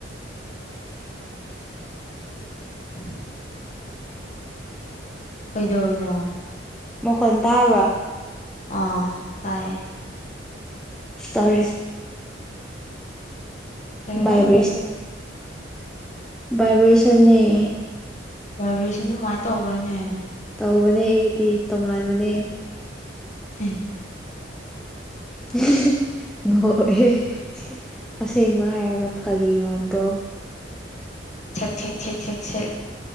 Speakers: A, on the left; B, in the centre.
A: <unintelligible> ꯀꯩꯗꯧꯔꯤꯅꯣ
B: ꯃꯈꯣꯟ ꯇꯥꯕ꯭ꯔꯥ
A: ꯑꯥ ꯇꯥꯏ
B: ꯁꯔꯤ
A: ꯀꯩꯕ
B: ꯚꯥꯏꯕ꯭ꯔ‌ꯦꯁꯟ ꯚꯥꯏꯕ꯭ꯔ‌ꯦꯁꯟꯅ‌ꯦ
A: ꯚꯥꯏꯕ꯭ꯔꯦꯁꯟ ꯑꯗꯨꯃꯥꯏꯅ ꯇꯧꯕ꯭ꯔꯅꯦ
B: ꯇꯧꯕꯅꯦ ꯑꯩꯒꯤꯗꯤ ꯇꯣꯉꯥꯟꯕꯅꯦ
A: <unintelligible>
B: <unintelligible> ꯑꯁꯦꯡꯕ ꯍꯥꯏꯔꯒ ꯐꯒꯤ ꯃꯥꯟꯕ꯭ꯔꯣ
A: <unintelligible>